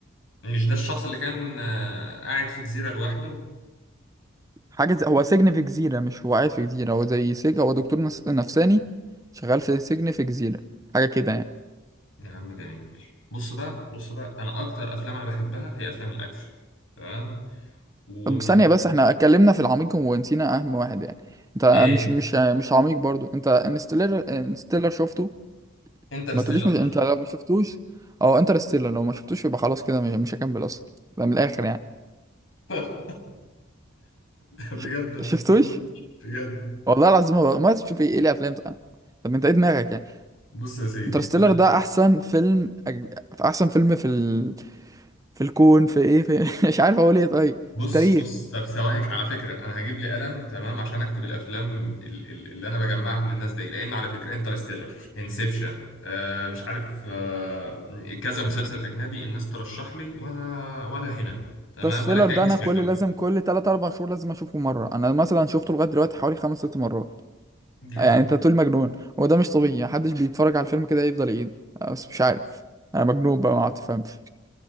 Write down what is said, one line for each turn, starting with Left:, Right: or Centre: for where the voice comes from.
Left: مش ده الشخص اللي كان آه، قاعد في جزيره لوحده
Right: حاجة زي... هو سجن في جزيرة مش هو قاعد في جزيرة هو زي سجن هو دكتور نس... نفساني شغال في سجن في جزيرة حاجة كده يعني
Left: يا عم جميل بص بقى بص بقى انا اكتر افلام انا بحبها هي افلام الاكشن تمام ومن
Right: طب ثانية بس احنا اتكلمنا في العميق ونسينا اهم واحد يعني انت
Left: ايه
Right: مش مش مش عميق برضو انت انستيلر انستيلر شفته
Left: انترستيلر
Right: ما تقوليش مش... انت لو ما شفتوش او انترستيلر لو ما شفتوش يبقى خلاص كده مش مش هكمل اصلا ده من الاخر يعني
Left: <laughs> بجد
Right: ش-
Left: ما شفتوش
Right: شفتوش
Left: بجد
Right: والله العظيم ما ما تشوف ايه ليه افلام طبعا طب انت ايه دماغك يعني
Left: بص يا سيدي
Right: انترستيلر
Left: انا
Right: ده احسن فيلم أج... احسن فيلم في ال... في الكون في ايه في <laughs> مش عارف اقول ايه طيب
Left: بص
Right: في التاريخ
Left: بص طب ثواني على فكره انا هجيب لي قلم تمام عشان اكتب الافلام ال- ال- اللي انا بجمعها من الناس دي لان على فكره انترستيلر انسبشن آه مش عارف آه كذا مسلسل اجنبي الناس ترشح لي ولا ولا هنا تمام
Right: انترستيلر
Left: ولا كاني
Right: ده انا
Left: سمعته
Right: كل لازم كل 3 4 شهور لازم اشوفه مره انا مثلا شفته لغايه دلوقتي حوالي 5 6 مرات
Left: جامد
Right: يعني انت تقول مجنون هو ده مش طبيعي محدش بيتفرج على الفيلم كده يفضل يعيد أه، بس مش عارف انا مجنون بقى ما تفهمش